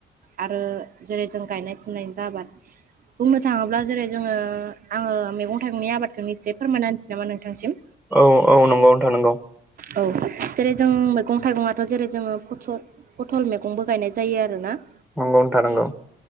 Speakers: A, on the right; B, in the centre.
A: आरो जेरै जों गायनाय फुनायनि आबाद बुंनो थाङोब्ला जेरै जोङो आङो मैगं थाइगंनि आबादखौ निस्सय फोरमायना होनसै नामा नोंथांसिम
B: औ औ नंगौ नोथां नोंगौ
A: औ जेरै जों मैगं थाइगङाथ जेरै जोङो फुथुरर पथल मैगंबो गायनाय जायो आरोना
B: नंगौ नोंथां नंगौ